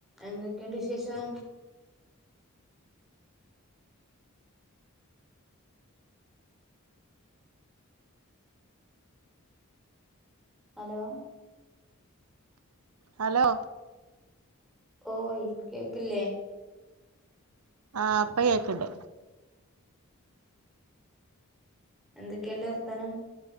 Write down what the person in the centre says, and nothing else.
എന്തൊക്കെ ഇണ്ട് വിശേഷം ഹലോ
ഓയി കേക്ക്ല്ലെ
എന്തെക്കെ ഇണ്ട് വർത്താനം